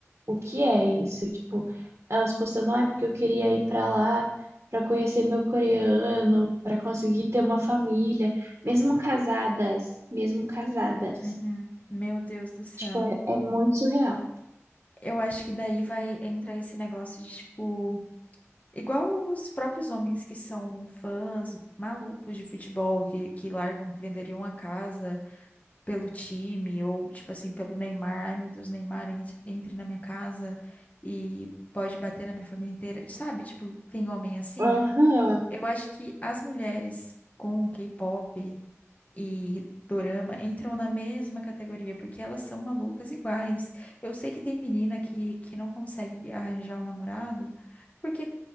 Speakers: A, on the right (about 55°); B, on the left (about 30°).
A: o que é isso. Tipo, elas postando, ah, porque eu queria ir pra lá pra conhecer meu coreano, pra conseguir ter uma família, mesmo casadas, mesmo casadas.
B: Uhum. Meu Deus do céu.
A: Tipo, é, é muito surreal.
B: Eu acho que daí vai entrar esse negócio de, tipo, igual os próprios homens que são fãs malucos de futebol, que, que largam, que venderiam a casa pelo time, ou, tipo assim, pelo Neymar. Ai, meu Deus, Neymar, entre, entre na minha casa e pode bater na minha família inteira. Sabe? Tipo, tem homem assim?
A: Aham,
B: Eu acho que as mulheres com o K-pop e dorama entram na mesma categoria, porque elas são malucas iguais. Eu sei que tem menina que, que não consegue arranjar um namorado, porque